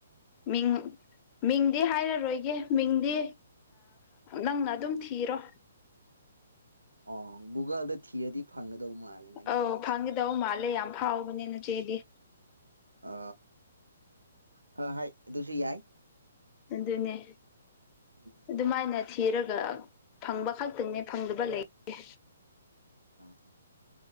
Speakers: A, on the left; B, on the right.
A: ꯃꯤ ꯃꯤꯡꯗꯤ ꯍꯥꯏꯔꯔꯣꯏꯒꯦ ꯃꯤꯡꯗꯤ ꯅꯪꯅ ꯑꯗꯨꯝ ꯊꯤꯔꯣ
B: ꯑ ꯨꯒꯜꯗ ꯊꯤꯑꯗꯤ ꯐꯪꯉ ꯗꯧꯃ ꯑꯂ ꯅꯌꯦꯃꯤꯁ
A: ꯑꯧ ꯐꯪꯒꯗꯧ ꯃꯥꯜꯂꯦ ꯌꯥꯝ ꯐꯥꯎꯕꯅꯦ ꯅꯆꯦꯗꯤ
B: ꯑ ꯍ ꯍꯥꯏ ꯑꯗꯨꯁꯤ ꯌꯥꯏ
A: ꯑꯗꯨꯅꯦ
B: ꯎꯝ
A: ꯑꯗꯨꯃꯥꯏꯅ ꯊꯤꯔꯒ ꯐꯪꯕ ꯈꯛꯇꯪꯅꯦ ꯐꯪꯗꯕ ꯂꯩꯦ
B: ꯑ